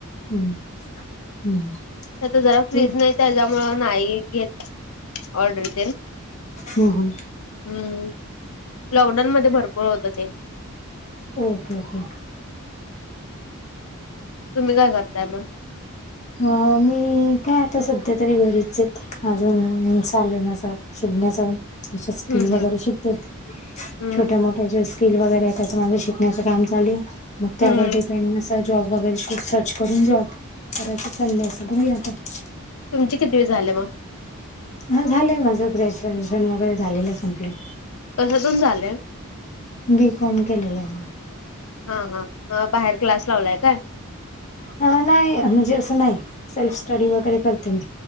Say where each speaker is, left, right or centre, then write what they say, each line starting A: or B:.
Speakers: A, on the left; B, on the left.
A: हम्. हम्म.
B: ते आता जरा फ्रीज
A: ठीक.
B: नाही त्याच्यामुळं नाही घेत ऑर्डरी तेन.
A: हम् हम्.
B: हम्म लॉकडाऊन मध्ये भरपूर होत होते.
A: Okay okay.
B: तुम्ही काय करताय मग?
A: ह मी काय आता सध्या तरी घरीचे अजून चालूय माझ. शिकण्याचा अशा स्किल
B: हम्म हम्म
A: वगैरे शिकता
B: हम्म
A: छोट्या मोठ्या ज्या फील वगैरे त्याच माझ शिकण्याचं काम चालूय मग त्यावर
B: हम्म
A: डिपेंड जॉब वगैरे श सर्च करून जॉब करायच चाललं असेल ब आता <unintelligible>
B: तुमचे कितवी झाले मग?
A: ह झालंय माझं ग्रॅज्युएशन वगैरे झालेलं आहे कंप्लीट.
B: कशातुन झालय.?
A: बीकॉम केलेलंय मी.
B: हा हा बाहेर क्लास लावलाय काय.
A: अ नाही म्हणजे असं नाही सेल्फ स्टडी वगैरे करते मी.